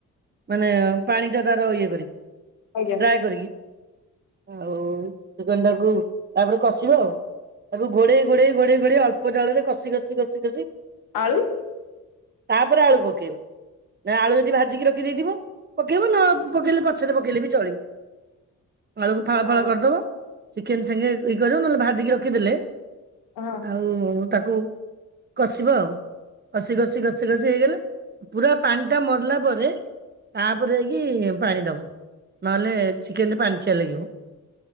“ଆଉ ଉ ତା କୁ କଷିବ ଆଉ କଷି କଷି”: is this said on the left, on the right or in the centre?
Right